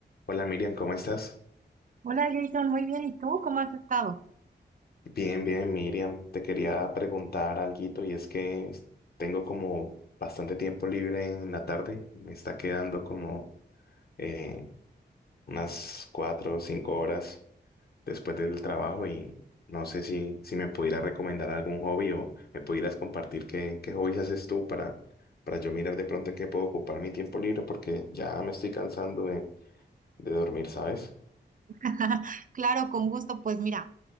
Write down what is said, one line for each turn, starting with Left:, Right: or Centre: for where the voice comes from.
Left: Hola Miriam, ¿cómo estás?
Right: Hola Jason, muy bien. ¿Y tú cómo has estado?
Left: Bien, bien, Miriam. Te quería preguntar alguito y es que es- tengo como bastante tiempo libre en la tarde. Me está quedando como eh, unas cuatro o cinco horas después del trabajo y no sé si, si me pudieras recomendar algún hobby o me pudieras compartir qué, qué hobbies haces tú para, para yo mirar de pronto en qué puedo ocupar mi tiempo libre porque ya me estoy cansando de, de dormir, ¿sabes?
Right: <laughs> Claro, con gusto. Pues mira,